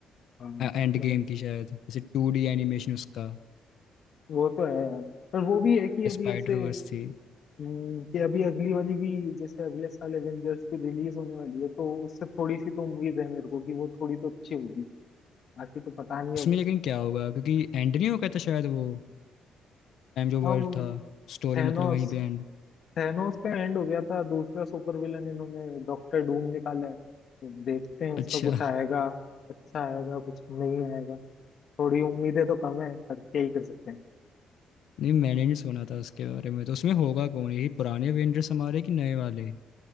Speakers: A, on the left; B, on the left.
A: हाँ मतलब
B: एंड गेम की शायद जैसे टू डी एनिमेशन उसका
A: वो तो है यार पर वो भी है कि अभी
B: स्पाइडर
A: ऐसे
B: वर्स थी
A: हम्म, कि अभी अगली वाली भी जैसे अगले साल एवेंजर्स की रिलीज होने वाली है तो उससे थोड़ी सी तो उम्मीद है मेरे को कि वो थोड़ी तो अच्छी होगी बाकी तो पता नहीं
B: उसमें
A: अब
B: लेकिन क्या होगा क्योंकि एंड नहीं हो गया था शायद वो टाइम जो
A: हाँ
B: वर्ल्ड
A: वो
B: था स्टोरी
A: थैनोस
B: मतलब वहीं पे एंड
A: थैनोस का एंड हो गया था दूसरा सुपर विलन इन्होंने डॉक्टर डूम निकाला है तो देखते हैं उसका
B: अच्छा
A: कुछ आएगा अच्छा आएगा कुछ नहीं आएगा थोड़ी उम्मीदें तो कम है पर क्या ही कर सकते हैं
B: नहीं मैंने नहीं सुना था उसके बारे में तो उसमें होगा कौन यही पुराने एवेंजर्स हमारे कि नए वाले